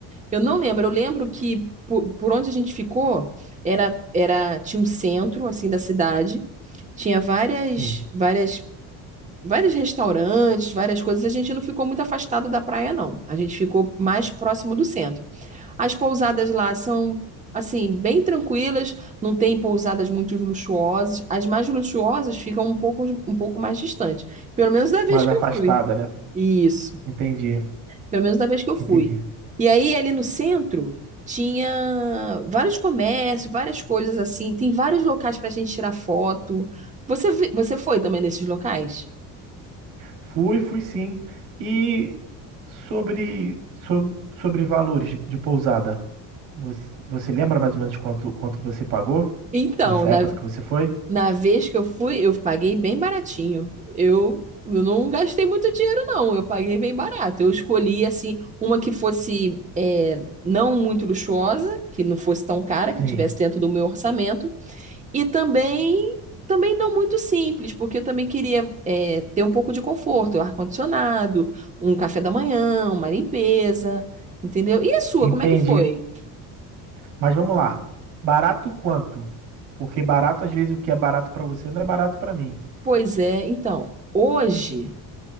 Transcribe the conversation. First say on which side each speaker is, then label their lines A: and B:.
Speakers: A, on the right; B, on the right.
A: Eu não lembro. Eu lembro que por, por onde a gente ficou era, era tinha um centro assim da cidade, tinha várias
B: Sim,
A: várias vários restaurantes, várias coisas. A gente não ficou muito afastado da praia, não. A gente ficou mais próximo do centro. As pousadas lá são, assim, bem tranquilas, não tem pousadas muito luxuosas. As mais luxuosas ficam um pouco, um pouco mais distantes, pelo menos da vez
B: mais
A: que
B: afastada,
A: eu fui.
B: né?
A: Isso,
B: Entendi,
A: pelo menos da vez que eu fui.
B: entendi.
A: E aí, ali no centro. Tinha vários comércios, várias coisas assim. Tem vários locais para a gente tirar foto. Você, vi- você foi também nesses locais?
B: Fui, fui sim. E sobre, sob- sobre, valores de, de pousada, você, você lembra mais ou menos quanto, quanto você pagou
A: Então,
B: nessa
A: na
B: época que você foi?
A: Na vez que eu fui, eu paguei bem baratinho. Eu, eu não gastei muito dinheiro, não. Eu paguei bem barato. Eu escolhi, assim, uma que fosse é, não muito luxuosa, que não fosse tão cara, que
B: Sim,
A: tivesse dentro do meu orçamento. E também, também não muito simples, porque eu também queria é, ter um pouco de conforto, Um ar-condicionado, um café da manhã, uma limpeza, entendeu? E a sua,
B: entendi.
A: como é que foi?
B: Mas vamos lá. Barato quanto? Porque barato, às vezes, o que é barato pra você não é barato pra mim.
A: Pois é, então, hoje.